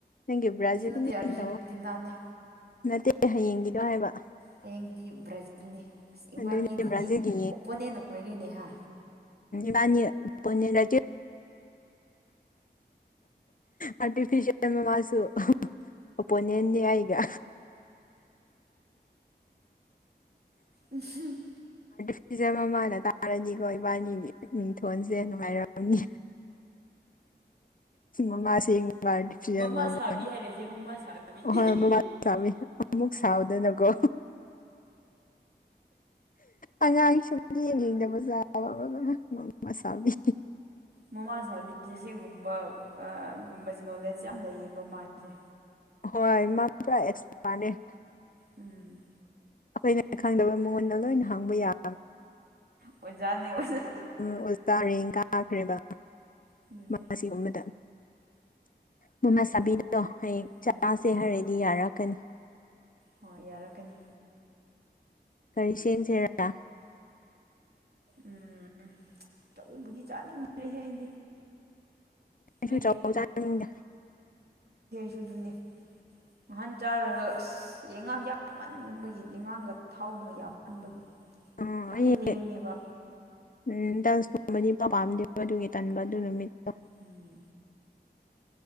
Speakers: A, on the left; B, on the right.
A: ꯅꯪꯒꯤ ꯕ꯭ꯔꯥꯖꯤꯜ
B: ꯅꯠꯇꯦ
A: ꯃꯤ
B: ꯑꯥꯔꯖꯦꯟꯇꯤꯅꯥꯅꯦ
A: ꯇꯧꯑꯣ ꯅꯠꯇꯦ ꯍꯌꯦꯡꯒꯤꯗ ꯍꯥꯏꯕ
B: ꯍꯌꯦꯡꯗꯤ ꯕ꯭ꯔꯥꯖꯤꯜꯅꯦ ꯑꯁ ꯏꯪꯕꯥꯅꯤ
A: ꯑꯗꯨꯅꯦ
B: ꯑꯗꯨꯗꯤ
A: ꯕ꯭ꯔꯥꯖꯤꯜꯒꯤ
B: ꯑꯣꯄꯣꯅꯦꯟ ꯂꯩꯔꯦꯅꯦꯍꯥ
A: ꯄꯅꯤ ꯄꯅꯤꯔ ꯑꯔꯇꯤꯐꯤꯤꯁꯜ ꯃꯃꯁꯨ ꯑꯣ ꯄꯣꯅꯤꯅꯤ ꯑꯩꯒ
B: ꯎꯝ
A: ꯁꯤꯁꯦ ꯃꯃꯥꯅ ꯇꯥꯔꯅꯤꯀꯣ ꯏꯕꯥꯅꯤ ꯎꯝ ꯊꯣꯟꯁꯦ ꯅꯨꯡꯉꯥꯏꯔꯝꯃꯤ ꯁꯃ ꯃꯥꯁꯦ ꯃꯥꯇ
B: ꯃꯃꯥ
A: ꯑꯗꯨꯕ
B: ꯁꯥꯕꯤ ꯍꯥꯏꯔꯁꯦ ꯃꯃꯥ ꯁꯥꯕꯤ
A: ꯍꯣꯏ ꯃꯃꯥ ꯆꯥꯎꯃꯤ ꯑꯃꯨꯛ ꯁꯥꯎꯗꯅꯀꯣ ꯑꯉꯥꯡ ꯁꯨꯝ ꯌꯦꯡ ꯌꯦꯗꯕꯖꯥꯔ ꯑꯋꯥ ꯃꯁꯥꯕꯤ
B: ꯃꯃꯥ ꯁꯥꯕꯤꯁꯦ ꯁꯤꯒꯨꯝꯕ ꯒꯨꯝꯕꯁꯦ ꯅꯣꯂꯦꯖꯁꯦ ꯌꯥꯝ ꯂꯩꯌꯦ ꯃꯃꯁꯦ
A: ꯍꯣꯏꯃ ꯄ꯭ꯔ ꯑꯦꯛꯁꯄꯅꯦꯦꯠ
B: ꯎꯝ
A: ꯑꯩꯈꯣꯏꯅ ꯈꯪꯗꯕ ꯃꯉꯣꯟꯗ ꯂꯣꯏꯅ ꯍꯥꯡꯕ ꯌꯥꯔ
B: ꯑꯣꯖꯥꯅꯤ ꯑꯣꯖꯥ
A: ꯎꯝ ꯑꯣꯖꯥꯔꯦꯡ ꯀꯥꯈ꯭ꯔꯦꯕ
B: ꯑꯗꯨꯅꯦ
A: ꯃꯥ ꯁꯤꯒꯨꯝꯕꯗ ꯃꯃꯁꯕꯤꯗꯨꯗꯣ ꯍꯌꯦꯡ
B: ꯎꯝ
A: ꯆꯥꯁꯦ ꯍꯥꯏꯔꯗꯤ ꯌꯥꯔꯛꯀꯅꯤ
B: ꯍꯣꯏ ꯌꯥꯔꯛꯀꯅꯤ
A: ꯀꯔꯤꯁꯦ ꯆꯔꯔ
B: ꯎꯝ ꯆꯧꯕꯗꯤ ꯆꯥꯅꯤꯡꯗ꯭ꯔꯦꯍꯦ ꯑꯩꯗꯤ ꯅꯣꯏꯗꯤ
A: ꯁꯨ ꯆꯥꯎ ꯆꯅꯤꯡ
B: ꯁꯨꯗꯨꯅꯤ ꯃꯍꯍꯥꯟ ꯆꯥꯔꯒ ꯑꯁ ꯌꯦꯟꯉꯥꯡ ꯌꯥꯝꯃꯟꯕꯒꯤ ꯌꯦꯉꯥꯡꯒ ꯊꯥꯎꯗꯣ ꯌꯥꯝꯃꯟꯕꯒꯤ
A: ꯑꯩ
B: ꯌꯥꯝ ꯂꯦꯝꯃꯦꯕ
A: ꯎꯝ ꯗꯗꯥꯟꯁꯀꯨꯝꯕꯗꯤ ꯄ ꯄꯥꯝꯗꯦꯕ ꯑꯗꯨꯒꯤ ꯇꯟꯕ ꯑꯗꯨ ꯅꯨꯃꯤꯠꯇꯣ
B: ꯎꯝ